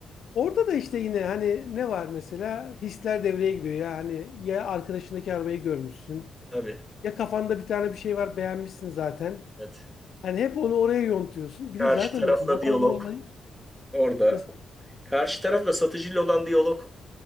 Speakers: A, on the left (about 70°); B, in the centre.
A: Orada da işte yine hani ne var mesela? Hisler devreye giriyor ya. Hani ya arkadaşındaki arabayı görmüşsün.
B: Tabii.
A: Ya kafanda bir tane bir şey var beğenmişsin zaten.
B: Evet.
A: Hani hep onu oraya yontuyorsun.
B: Karşı
A: Bir de zaten
B: tarafla
A: o araba
B: diyalog
A: alma olayı
B: orada.
A: nasıl?
B: Karşı tarafla satıcıyla olan diyalog